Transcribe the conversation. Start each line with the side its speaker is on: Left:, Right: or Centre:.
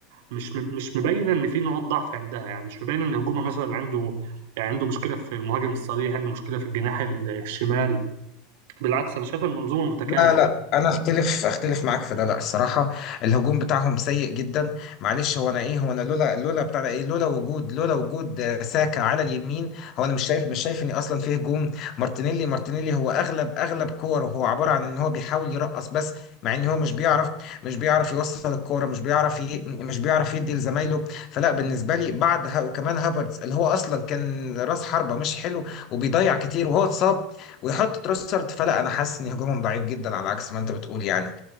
Right: مش م- مش مبينه ان في نقاط ضعف عندها يعني مش مبينه ان هجومها مثلا عنده يعني عنده مشكله في المهاجم الصريح عنده مشكله في الجناح ال- الشمال بالعكس انا شايف المنظومه متكامله
Left: لا لا انا اختلف اختلف معاك في ده لا الصراحه الهجوم بتاعهم سيء جدا معلش هو انا ايه هو انا لولا لولا بتاع ده ايه لولا وجود لولا وجود آه، ساكا على اليمين هو انا مش شايف مش شايف ان اصلا فيه هجوم مارتينيلي مارتينيلي هو اغلب اغلب كوره هو عباره عن ان هو بيحاول يرقص بس مع ان هو مش بيعرف مش بيعرف يوصل الكوره مش بيعرف ي... مش بيعرف يدي لزمايله فلا بالنسبه لي بعد ها وكمان هافرتز اللي هو اصلا كان راس حربه مش حلو وبيضيع كتير وهو اتصاب ويحط تروسرد فلا انا حاسس ان هجومهم ضعيف جدا على عكس ما انت بتقول يعني